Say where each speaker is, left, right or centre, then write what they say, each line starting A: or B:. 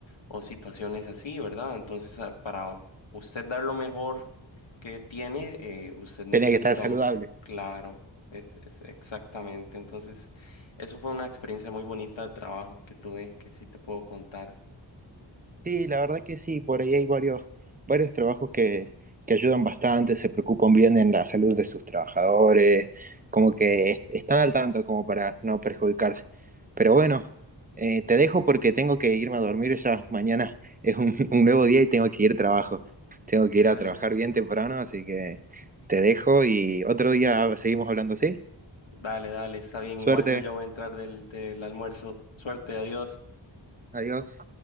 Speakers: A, on the left (about 75°); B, on the right (about 20°).
A: o situaciones así, ¿verdad? Entonces, ah, para usted dar lo mejor que tiene, eh, usted necesita
B: Tenía que estar saludable.
A: un claro, es, es exactamente. Entonces, eso fue una experiencia muy bonita de trabajo que tuve, que sí te puedo contar.
B: Sí, la verdad que sí, por ahí hay varios, varios trabajos que, que ayudan bastante, se preocupan bien en la salud de sus trabajadores, como que est- están al tanto como para no perjudicarse. Pero bueno, eh, te dejo porque tengo que irme a dormir ya. Mañana es un, <laughs> un nuevo día y tengo que ir a trabajo. Tengo que ir
A: Dale,
B: a trabajar bien temprano, así que te dejo y otro día seguimos hablando, ¿sí?
A: dale, dale, está bien.
B: Suerte,
A: Igual yo ya voy a entrar del, del almuerzo. Suerte, adiós.
B: adiós.